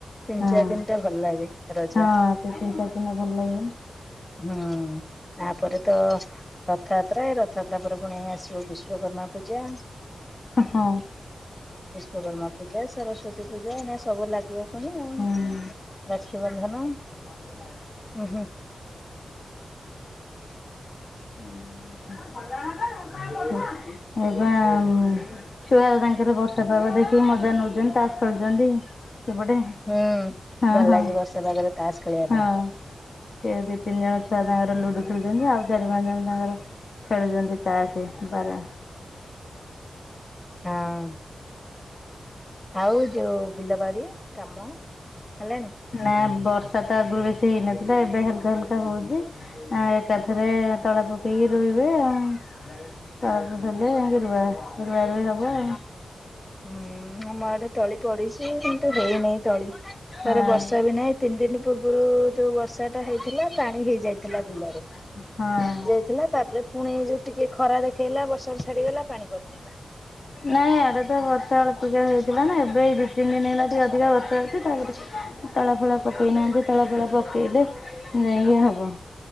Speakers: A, on the left; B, on the left.
A: ତିନି
B: ହଁ
A: ଚାରି ଦିନଟା ଭଲ ଲାଗେ ରଜ
B: ହଁ ସେ ତିନି ଚାରି ଦିନ ଭଲ ଲାଗେ
A: ହୁଁ, ତାପରେ ତ ରଥଯାତ୍ରା ଏ ରଥଯାତ୍ରା ପରେ ପୁଣି ଆସିବ ବିଶ୍ଵକର୍ମା ପୂଜା।
B: ହଁ।
A: ବିଶ୍ୱକର୍ମା ପୂଜା, ସରସ୍ଵତୀ ପୂଜା ଏଇନା ସବୁ ଲାଗିବ ପୁଣି ଆଉ
B: ହୁଁ
A: ରାକ୍ଷୀବନ୍ଧନ
B: <inaudible>
A: ଉଁ ହୁଁ
B: <inaudible> ଛୁଆ ତାଙ୍କର ବର୍ଷା ପାଗ ଦେଖି ମଜା ନଉଛନ୍ତି ତାସ ଖେଳୁଛନ୍ତି ସେପଟେ
A: ହୁଁ
B: ଅହଁ,
A: ଭଲ ଲାଗେ
B: ହଁ,
A: ବର୍ଷେ ପାଗରେ ତାସ ଖେଳିବା
B: ହଁ
A: ପାଇଁ
B: ଟିକେ ଦି ତିନି ଜଣ ଛୁଆ ତାଙ୍କର ଲୁଡୁ ଖେଳୁଛନ୍ତି। ଆଉ ଚାରି ପାଞ୍ଚ ଜଣ ତାଙ୍କର ଖେଳୁଛନ୍ତି ତାସ ପରା
A: ହଁ। ଆଉ ଯୋଉ ବିଲ ବାଡି କାମ ହେଲାଣି?
B: ନା ବର୍ଷା ତ ଆଗରୁ ବେଶୀ ହେଇନଥିଲା, ଏବେ ହାଲକା ହାଲକା ହଉଛି। ଆଇଁ ଏକାଥରେ ତଳେ ପକେଇକି ରୋଇବେ ଆଉ ତଳକୁ ଦେଲେ ରୁଆ ରୁଆ ରୁଈ ହବ।
A: ହୁଁ, ଆମ ଆଡେ ତଳି ପଡିଛି କିନ୍ତୁ ହେଇନାହିଁ ତଳି
B: ହଁ
A: ଥରେ ବର୍ଷା ବି ନାହିଁ। ତିନି ଦିନ ପୂର୍ବରୁ ଯୋଉ ବର୍ଷାଟା ହେଇଥିଲା ପାଣି ହେଇଯାଇଥିଲା ବିଲରେ।
B: ହଁ।
A: ଥିଲା ତାପରେ ପୁଣି ଯୋଉ ଟିକେ ଖରା ଦେଖେଇଲା ବର୍ଷା ଛାଡିଗଲା ପାଣି କମିଗଲା
B: ନାଇଁ ଆଡେ ତ ବର୍ଷା ହେରିକା ଟିକା ହେଇଥିଲା ନା ଏବେ ଦି ତିିନି ଦିନ ହେଲା ଟିକେ ଅଧିକା ବର୍ଷା ହେଉଛି ତାପରେ ତଳା ଫଳା ପକେଇନାହାନ୍ତି ତଳା ଫଳା ପକେଇଲେ ଯାଇକି ହବ।